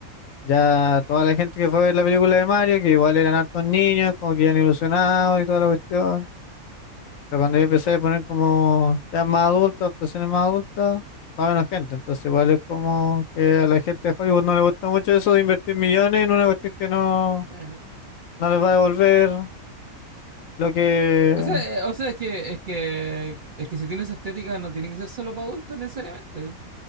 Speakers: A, on the left; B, on the right.
A: Ya toda la gente que fue a ver la película de Mario, que igual eran hartos niños, como que iban ilusionados y toda la cuestión, pero cuando yo empecé a poner como temas más adultos, actuaciones más adultas, va menos gente, entonces igual es como que a la gente de Hollywood no le gusta mucho eso de invertir millones en una cuestión que no,
B: <laughs> Ajá.
A: no les va a devolver lo que...
B: O sea, eh, o sea, es que, es que, es que si tienes estética no tiene que ser solo para adultos necesariamente.